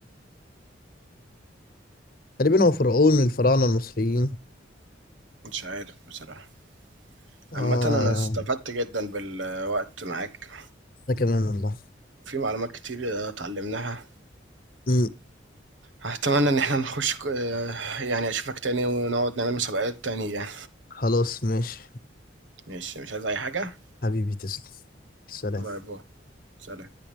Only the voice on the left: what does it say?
تقريبا هو فرعون من الفراعنة المصريين
اه
ده كمان والله
امم
خلاص ماشي
حبيبي تسلم سلام